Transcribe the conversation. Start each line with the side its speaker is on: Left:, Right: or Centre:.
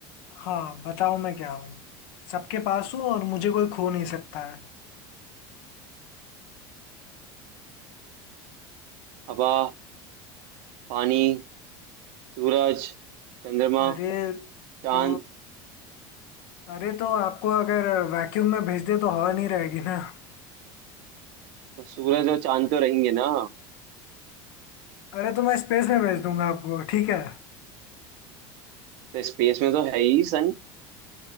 Left: हाँ बताओ मैं क्या हूँ सबके पास हूँ और मुझे कोई खो नहीं सकता है
Right: हवा पानी सूरज चंद्रमा
Left: अरे
Right: चांद
Left: तो अरे तो आपको अगर वैक्यूम में भेज दे तो हवा नहीं रहेगी ना
Right: तो सूरज और चांद तो रहेंगे ना
Left: <laughs> अरे तो मैं स्पेस में भेज दूंगा आपको ठीक है
Right: तो स्पेस में तो है ही सन